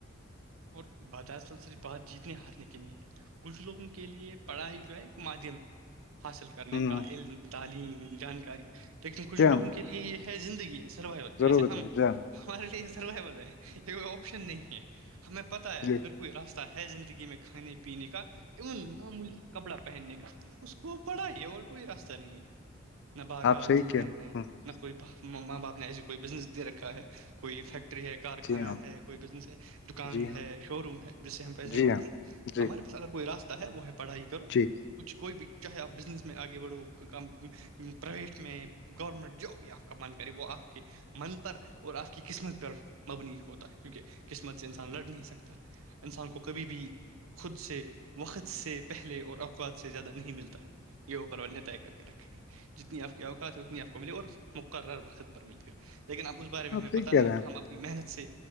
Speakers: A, on the right (about 85°); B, on the left (about 55°).
A: اور بد اصل سےرف بات جیتنے ہارنے کے لیے کچھ لوگوں کے لیے پڑھائی جو ہے ایک مادھیم ہے حاصل کرنے
B: ہوں
A: کا علم تعلیم جانکاری لیکن کچھ
B: جی
A: لوگوں
B: ہاں
A: کے لیے یہ ہے زندگی ہے سروائول ہے
B: ضرور
A: جیسے
B: بتائیں
A: ہم
B: جی ہاں
A: ہمارے لیے یہ سروائبل ہے یہ کوئی آپشن نہیں ہے ہمیں پتا ہے
B: جی
A: اگر کوئی راستہ ہے زندگی میں کھانے پینے کا ایون معمولی کا کپڑا پہننے کا اس کو پڑا ہے اور کوئی راستہ نہیں ہے نباغات
B: آپ صحیح کہہ
A: ہیں
B: رہے ہوں،
A: نہ کوئی ماں باپ نے ایسی کوئی بزنس دے رکھا ہے کوئی فیکٹری ہے کارخانا
B: جی ہاں
A: ہے کوئی بزنس ہے دکان
B: جی ہاں
A: ہے شو روم ہے جس سے ہم پیسے
B: جی
A: کماتے
B: ہاں
A: ہیں
B: جی
A: ہمار س اگر کوئی راستہ ہے وہ ہے پڑھائی کرو
B: جی
A: کچھ کوئی بھی چاہے آپ بزنس میں آگے بڑھو کا پرائیویٹ میں گورمنٹ جاب یا کا من کرے وہ آپ کے من پر اور آپ کی قسمت پر مبنی ہوتا ہے کیونکہ قسمت انسان لڑ نہیں سکتا انسان کو کبھی بھی خود سے وقت سے پہلے اور اوقات سے زیادہ نہیں ملتا ہے یہوپر والے طے کر کے رکھا ہے جتنی آپ کی اوقات ہے اتنی آپ کو ملی اور مقرر وقت پر مل گ لیکن اب اس بارے میں
B: آپ
A: ہمیں پت
B: صحیح
A: نہیں
B: کہہ رہے
A: ہو
B: ہیں
A: تھا ہم اپنی محنت سے